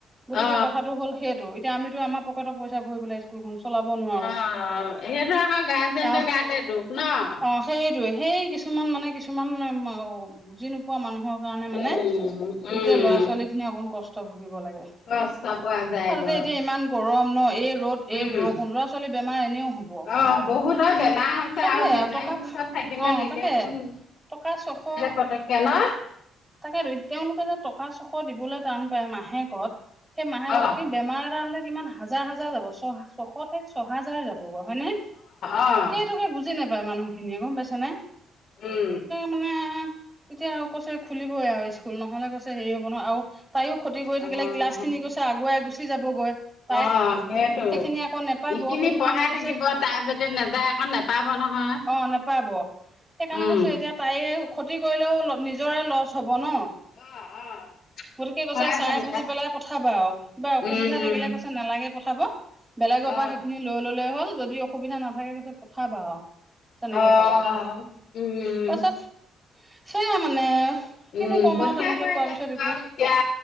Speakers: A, on the right; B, on the left.
A: গতিকে
B: অ
A: কথাটো হ'ল সেইটো এতিয়া আমি আমাৰ পকেটৰ পইচা ভৰি পেলাই স্কুলখন চলাব নোৱাৰো।
B: অ', সেইহটো আকৌ গাৰ্জেণ্টৰ
A: আহ
B: গাতে দোষ ন'?
A: অ সেইটোৱে সেই কিছুমান মানে কিছুমান বুজি নোপোৱা মানুহৰ কাৰণে মানে
B: উম
A: গোটেই
B: উম
A: ল'ৰা-ছোৱালী খিনি অকন কষ্ট ভুগিব লাগে
B: কষ্ট পোৱা যায়
A: আৰু তাতে
B: গৈ
A: এতিয়া ইমান গৰম ন' এই ৰ'দ
B: উম
A: এই বৰষুণ
B: উম
A: ল'ৰা ছোৱালীৰ বেমাৰ এনেও হ'ব।
B: অ', বহুতৰ বেমাৰ হৈছে
A: চবেই
B: আৰু বেমাৰী
A: টকা
B: ওচৰত থাকিলে
A: অ
B: তেতিয়া
A: তাকে
B: চোন
A: টকা ছশ
B: পতকে ন'?
A: তাকে টো তেওঁলোকে যে টকা চশ দিবলৈ টান পায় মাহেকত। সেই মাহেকত
B: অ', অ',
A: কিন্তু বেমাৰ এটা হ'লে কিমান হাজাৰ হাজাৰ যাব। চহা ছশ ঠাইত ছয় হাজাৰ যাবগৈ হয়নে?
B: অ',
A: সেইটোকে বুজি নাপায় মানুহখিনিয়ে গ'ম পাইছে নে?
B: উম।
A: মানে এতিয়া কৈছে খুলিবই আৰু স্কুল নহ'লে কৈছে হেৰি হ'ব নহয়, আৰু তাইয়ো ক্ষতি কৰি
B: অ',
A: থাকিলে ক্লাছ খিনি কৈছে আগুৱাই গুচি যাবগৈ তাই
B: অ', সেইটো
A: সেইখিনি আকৌ নে নাপাব
B: ইখিনি
A: সেইটো
B: পঢ়াই
A: কাৰণে
B: থাকিব
A: কৈছে,
B: তাই যদি নাযায় আকৌ নেপাব নহয়,
A: অ' নেপাব। সেইকাৰণে
B: উম।
A: কৈছো এতিয়া তাই ক্ষতি কৰিলেও নিজৰে লষ্ট হ'ব ন?
B: অ', অ',
A: গতিকে কৈছে
B: হয়
A: চাই
B: যেনিবা,
A: বুজি পেলাই পঠাবা আৰু, কিবা অসুবিধা
B: উম,
A: থাকিলে
B: উম,
A: কৈছে নালাগে পঠাব। বেলেগৰ
B: অ',
A: পৰা সেইখিনি লৈ ল'লেই হ'ল, যদি অসুবিধা নাথাকে কৈছে পঠাবা আৰু। তেনেকে
B: অ',
A: ক'লে,
B: উম,
A: তাৰ পিছত সেয়া মানে। কিনো
B: উম,
A: ক'ম
B: পঠিয়াবই
A: আৰু তেনেকে কোৱাৰ
B: লাগিব
A: পিছত। একো
B: এতিয়া